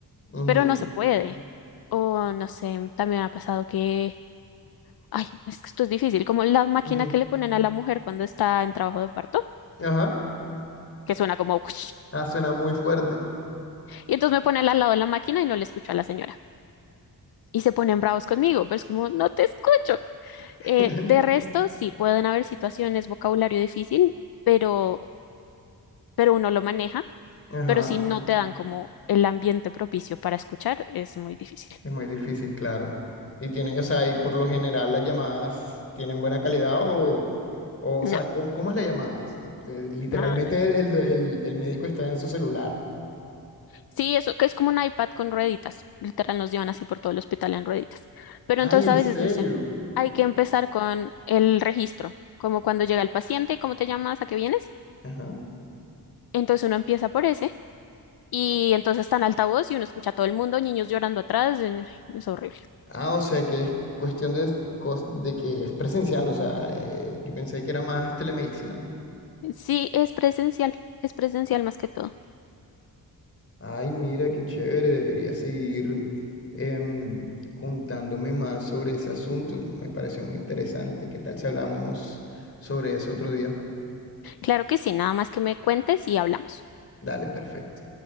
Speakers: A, on the left (about 35°); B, on the left (about 70°).
A: ujú.
B: pero no se puede. O no sé, también ha pasado que, ay, es que esto es difícil, como la máquina
A: ujú.
B: que le ponen a la mujer cuando está en trabajo de parto,
A: Ajá.
B: que suena como... <laughs>
A: Ah, suena muy fuerte.
B: Y entonces me ponen al lado de la máquina y no le escucho a la señora. Y se ponen bravos conmigo, pero es como, no te escucho.
A: <laughs>
B: Eh, de resto, sí, pueden haber situaciones, vocabulario difícil, pero pero uno lo maneja,
A: Ajá.
B: pero si no te dan como el ambiente propicio para escuchar, es muy difícil.
A: Es muy difícil, claro. Y tiene, o sea, y por lo general las llamadas tienen buena calidad o, o, o
B: No,
A: sea, ¿cómo, cómo es la llamada? Eh, literalmente
B: no, no.
A: el, el- el médico está en su celular.
B: Sí, eso que es como un iPad con rueditas. Literal nos llevan así por todo el hospital en rueditas. Pero
A: Ay,
B: entonces
A: ¿en
B: a veces,
A: serio?
B: no sé, hay que empezar con el registro, como cuando llega el paciente, cómo te llamas, a qué vienes.
A: Ajá.
B: Entonces uno empieza por ese y entonces está en altavoz y uno escucha a todo el mundo, niños llorando atrás, en- es horrible.
A: Ah, o sea, que es cuestión de, cos- de que es presencial, o sea, eh, yo pensé que era más telemedicina.
B: Sí, es presencial, es presencial más que todo.
A: Ay, mira, qué chévere, debería seguir em, contándome más sobre ese asunto. Me pareció muy interesante. ¿Qué tal si hablamos sobre eso otro día?
B: Claro que sí, nada más que me cuentes y hablamos.
A: Dale, perfecto.